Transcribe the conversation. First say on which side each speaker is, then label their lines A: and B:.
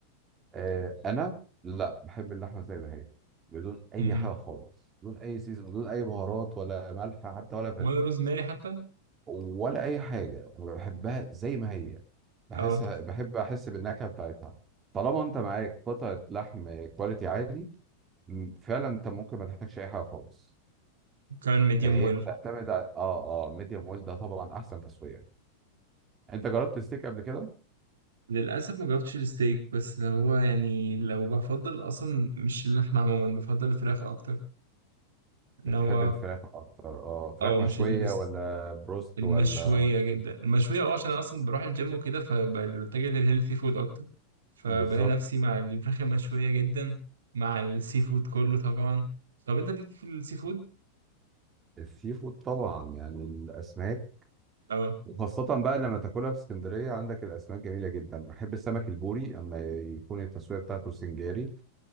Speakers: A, on the right; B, on the right.
A: آه، انا لا بحب اللحمه زي ما هي بدون اي
B: امم
A: حاجه خالص بدون اي سيزون بدون اي بهارات ولا ملح حتى ولا فلفل
B: ولا روزماري حتى
A: ولا اي حاجه انا بحبها زي ما هي بحسها
B: اه
A: بحب احس بالنكهه بتاعتها طالما انت معاك قطعه لحم كواليتي عالي م- فعلا انت ممكن ما تحتاجش اي حاجه خالص
B: كان ميديم
A: آه، هي
B: ويل
A: بتعتمد على اه اه ميديوم ويل ده طبعا احسن تسويه انت جربت ستيك قبل كده
B: للأسف ما جربتش الستيك بس اللي هو يعني لو بفضل أصلا مش اللحمة عموما بفضل الفراخ أكتر إن
A: بتحب
B: هو
A: الفراخ اكتر اه فراخ
B: أو مش
A: مشويه
B: الس-
A: ولا بروست
B: المشوية
A: ولا
B: جدا المشوية أه عشان أنا أصلا بروح الجيم وكده فبتجه للهيلثي فود أكتر فبلاقي
A: بالظبط
B: نفسي مع الفراخ المشوية جدا مع السي فود كله طبعا طب أنت ليك في السي فود؟
A: السي فود طبعا يعني الاسماك
B: أه
A: وخاصة بقى لما تاكلها في اسكندرية عندك الاسماك جميلة جدا بحب السمك البوري اما يكون التسوية بتاعته سنجاري